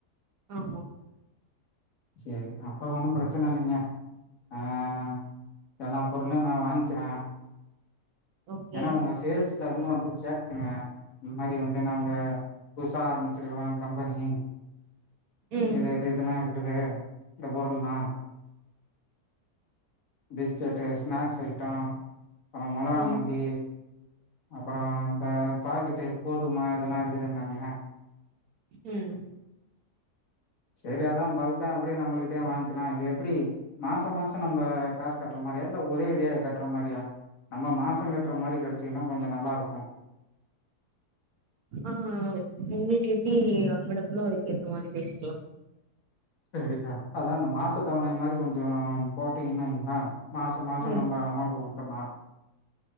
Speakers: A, on the right; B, on the left.
A: ஆமா
B: சரி அப்ப ஒண்ணும் பிரச்சனை இல்லைங்க ஆஹ் எல்லாப் பொருளையு நா வாங்கிகறே
A: ஓகே
B: ஏன்னா உங்க சேல்ஸ்ல இருந்து வந்து கேட்டங்க இந்த மாரி வந்து நாங்க புதுசா ஆரம்பிச்சிருக்கறோ கம்பெனி
A: ம்
B: இல்ல இது இதல்லா இருக் இது இந்த பொருள்னா பிஸ்கெட்டு ஸ்நாக்ஸ் ஐட்டோ அப்புறம் மொளகா
A: ஆ
B: மல்லி அப்புற இந்த பாக்கிட்டு போதுமா இதெல்லா இருக்குதுன்னாங்க.
A: உம்
B: சேரி அதான் பல்கா அப்படியே நம்மகிட்டயே வாங்க்கிலாம் இது எப்படி மாச மாசம் நம்ப காசு கட்ற மாரியா இல்ல ஒரே அடியா கட்ற மாரியா நம்ம மாச கட்ற மாரி கெடச்சீங்கன்னா கொஞ்ச நல்லா இருக்கு
A: ஆ உங்களுக்கு எப்டி அஃபர்டபுளோ அதுக்கேத்த மாரி பேசிக்கலா
B: சரிக்கா அதான் அந்த மாச தவணை மாரி கொஞ்சம் போட் அப்டி இல்லிங்ளா மாச மாசம்
A: ம்
B: நம்ப அமௌண்ட்டு குடுத்தர்னொ